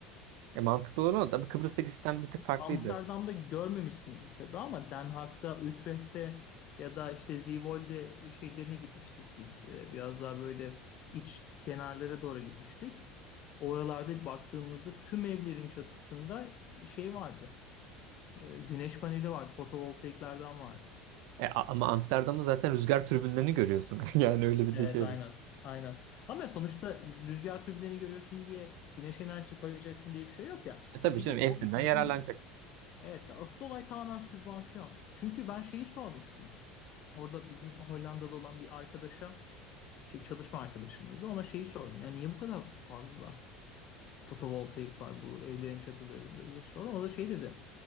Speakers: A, on the right (about 60°); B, on the left (about 40°).
A: E, mantıklı olan o. Tabii Kıbrıs'taki sistem bir tık farklıydı.
B: Amsterdam'da görmemişsindir tabii ama Den Haag'da, Utrecht'te ya da işte Zeevolde şeylerine gitmiştik biz. Ee, Biraz daha böyle iç kenarlara doğru gitmiştik. Oralarda baktığımızda tüm evlerin çatısında şey vardı. Ee, Güneş paneli vardı, fotovoltaiklerden vardı.
A: E, a- ama Amsterdam'da zaten rüzgar türbinlerini görüyorsun. <laughs> Yani öyle bir
B: Evet,
A: de şey.
B: aynen.
A: var.
B: Aynen. Ama sonuçta rüzgar türbinlerini görüyorsun diye güneş enerjisi koyacaksın diye bir şey yok ya.
A: E, tabii
B: Ya bir
A: canım
B: de
A: hepsinden
B: oradaki
A: yararlanacaksın.
B: dediğim gibi Evet, asıl olay tamamen sübvansiyon. Çünkü ben şeyi sormuştum. Orada bizim Hollandalı olan bir arkadaşa, şey, çalışma arkadaşımızda ona şeyi sordum. Yani niye bu kadar fazla fotovoltaik var bu evlerin çatılarında diye sordum. O da şey dedi.